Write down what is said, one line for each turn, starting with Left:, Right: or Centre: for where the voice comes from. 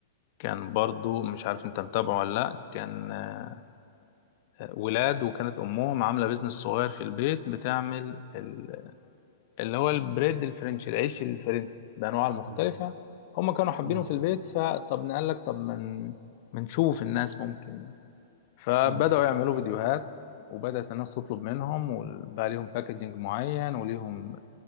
Left: كان برضو مش عارف انت متابعه ولا لا كان آه، ولاد وكانت امهم عامله بيزنس صغير في البيت بتعمل ال- اللي هو البريد الفرنسي العيش الفرنسي بانواعه المختلفه
Right: مم.
Left: هم كانوا حابينه
Right: مم.
Left: في البيت فطب نقال لك طب ما من نشوف الناس ممكن فبداوا
Right: مم.
Left: يعملوا فيديوهات وبدأت الناس تطلب منهم وبقى ليهم باكجينج معين وليهم